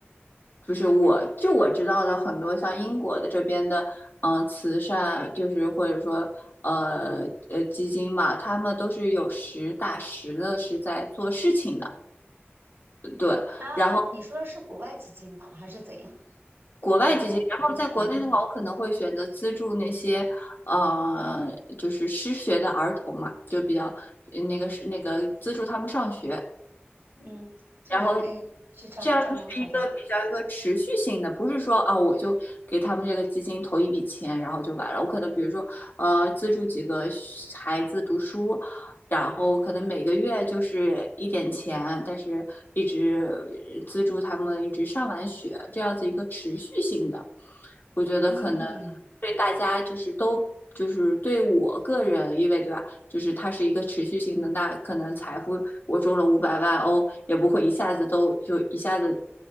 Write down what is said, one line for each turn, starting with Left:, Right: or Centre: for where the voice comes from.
Left: 就是我就我知道的很多像英国的这边的，嗯、呃慈善就是或者说呃呃基金嘛，他们都是有实打实的是在做事情的，对。
Right: 那你说的是国外基金吧，
Left: 然后。
Right: 还是怎样？
Left: 国外基金，
Right: 哦，我
Left: 然后在国内的话，
Right: OK，
Left: 我可能会选择资助那些呃，就是失学的儿童嘛，就比较呃那个是那个资助他们上学。
Right: 嗯，是的，
Left: 然后
Right: 哎，是这样，
Left: 这样子是一个比较一个持续性的，
Right: 这样蛮好的，
Left: 不是说啊我就给他们这个基金投一笔钱，然后就完了。我可能比如说呃资助几个孩子读书，然后可能每个月就是一点钱，但是一直呃资助他们一直上完学，这样子一个持续性的，我觉得可能
Right: 嗯，
Left: 对大家就是都。就是对我个人，因为对吧？就是它是一个持续性的，那可能财富我中了五百万欧，也不会一下子都就一下子